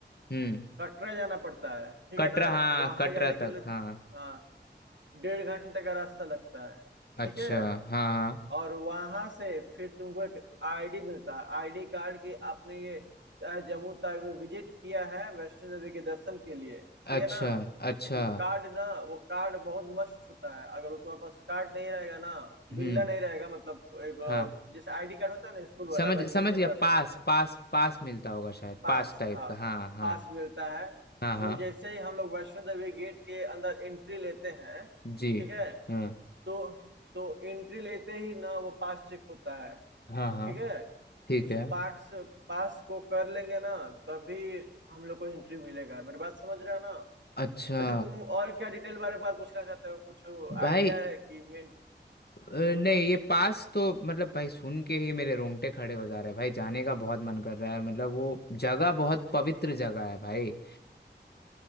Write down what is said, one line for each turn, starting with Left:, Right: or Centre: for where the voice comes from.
Left: हम्म
Right: कटरा जाना पड़ता है ठीक
Left: कटरा
Right: है ना
Left: हाँ
Right: वहां
Left: कटरा
Right: जाने के
Left: तक
Right: लिए
Left: हाँ
Right: हाँ डेढ़ घंटे का रास्ता लगता है
Left: अच्छा
Right: ठीक है
Left: हाँ हाँ
Right: और वहां से फिर तुमको एक आईडी मिलता है आईडी कार्ड की आपने ये अ, जम्मू तक विजिट किया है वैष्णो देवी के दर्शन के लिए ठीक
Left: अच्छा
Right: है ना
Left: अच्छा
Right: वो कार्ड ना वो कार्ड बहुत मस्त होता है अगर वो तुम्हारे पास कार्ड नहीं रहेगा ना
Left: हम्म
Right: बिल्ला नहीं रहेगा मतलब एक अ,
Left: हाँ
Right: जैसे आईडी कार्ड होता है ना स्कूल वाला
Left: समझ
Right: वैसे
Left: समझ
Right: सेम
Left: गया
Right: रहता
Left: पास
Right: है
Left: पास पास मिलता होगा शायद
Right: पास
Left: पास टाइप
Right: हाँ
Left: का हाँ हाँ
Right: पास मिलता है
Left: हाँ हाँ
Right: तो जैसे ही हम लोग वैष्णो देवी गेट के अंदर एंट्री लेते हैं
Left: जी
Right: ठीक है
Left: हाँ
Right: तो तो एंट्री लेते ही ना वो पास चेक होता है
Left: हाँ हाँ
Right: ठीक है
Left: ठीक
Right: उस
Left: है
Right: पास पास को कर लेंगे ना तभी हम लोग को एंट्री मिलेगा मेरी बात समझ रहे हो ना
Left: अच्छा
Right: वैसे तुम और क्या डिटेल बारे में बात पूछना चाहते हो कुछ
Left: भाई
Right: आइडिया है कि मैं
Left: अ,
Right: हाँ बताओ
Left: नहीं ये पास तो मतलब भाई सुन के ही मेरे रोंगटे खड़े हो जा रहे हैं भाई जाने का बहुत मन कर रहा है मतलब वो जगह बहुत पवित्र जगह है भाई